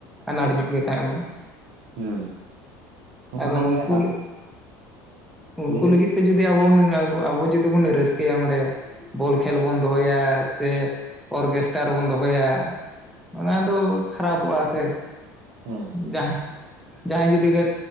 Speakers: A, in the centre; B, on the right.
A: ᱟᱱᱟᱴ ᱧᱚᱜ ᱜᱮ ᱛᱟᱦᱮᱸᱫ ᱟᱵᱚᱱ
B: ᱦᱩᱸ ᱱᱚᱜᱼᱱᱟ
A: ᱟᱫᱚ ᱩᱱᱠᱩ
B: ᱜᱮ
A: ᱩᱱᱠᱩ
B: ᱞᱟᱹᱭ ᱵᱤᱱ
A: ᱞᱟᱹᱜᱤᱫ ᱛᱮ ᱡᱩᱫᱤ ᱟᱵᱚ ᱟᱵᱚ ᱡᱩᱫᱤ ᱵᱚᱱ ᱨᱟᱹᱥᱠᱟᱹᱭᱟ ᱚᱸᱰᱮ ᱵᱚᱞ ᱠᱷᱮᱞ ᱵᱚᱱ ᱫᱚᱦᱚᱭᱟ ᱥᱮ ᱚᱨᱜᱮᱥᱴᱟᱨ ᱨᱮᱵᱚᱱ ᱫᱚᱦᱚᱭᱟ ᱚᱱᱟ ᱫᱚ ᱠᱷᱟᱨᱟᱯᱚᱜᱼᱟ ᱥᱮ
B: ᱦᱮᱸ
A: ᱡᱟᱦᱟᱸ ᱡᱟᱦᱟᱸᱭ ᱡᱩᱫᱤ